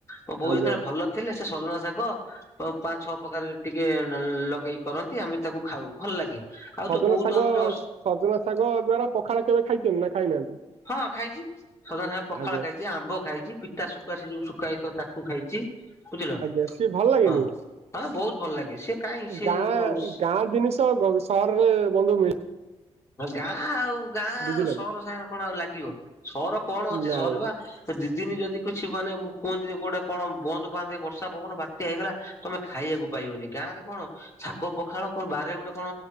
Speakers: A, on the left; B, on the right.
A: ମୋ ବୋଉ
B: ଆଜ୍ଞା
A: ଯେତେବେଳେ ଭଲ ଥିଲେ ସେ ସଜନା ଶାଗ। ଅ ପାଞ୍ଚ, ଛଅ ପ୍ରକାର ଟିକେ ନଲ ଲଗେଇକି କରନ୍ତି ଆମେ ତାକୁ ଖାଉ ଭଲ ଲାଗେ। ଆଉ
B: ସଜନା
A: ତୋ ବୋଉ
B: ଶାଗ
A: ତ ବହୁତ ଆମର ଯୋଉ
B: ସଜନା ଶାଗ ଦ୍ଵାରା ପଖାଳ କେବେ ଖାଇଛନ୍ତି ନା ଖାଇନାହାନ୍ତି?
A: ହଁ ଖାଇଛି ସଜନା ଶାଗ ପଖାଳ
B: ଆଜ୍ଞା
A: ଖାଇ ଚି ଆମ୍ବ ଖାଇଛି ପିତା ଶୁଖୁଆ ସେ ଯୋଉ ଶୁଖା ହେଇଥିବ ତାକୁ ଖାଇଛି। ବୁଝିଲ
B: ଆଜ୍ଞା ସିଏ ଭଲ ଲାଗେନି?
A: ହଁ ହଁ ବହୁତ ଭଲ ଲାଗେ ସେ କାହିଁ ସେ
B: ଗାଁ ଗାଁ ଜିନିଷ ସହର ରେ ବନ୍ଧୁ ମିଳି
A: ଗାଁ ଆଉ ଗାଁ
B: ବୁଝିଲେ
A: ଆଉ ସହର
B: ନା?
A: ସାଙ୍ଗରେ କଣ ଆଉ ଲାଗିବ। ସହରରେ କଣ ଅଛି
B: ନାଇଁ
A: ସହର ବା ଦିଦିନ ଯଦି କିଛିି ମାନେ ମୁଁ କୁହନ୍ତି କୋଉ ଗୋଟେ କଣ ବନ୍ଦ ବାନ୍ଧ ହେ ବର୍ଷା ପବନ ବାତ୍ୟା ହେଇଗଲା। ତମେ ଖାଇବାକୁ ପାଇବନି। ଗାଁରେ କଣ ଶାଗ ପଖାଳ କଣ ବାରିରେ ଗୋଟେ କଣ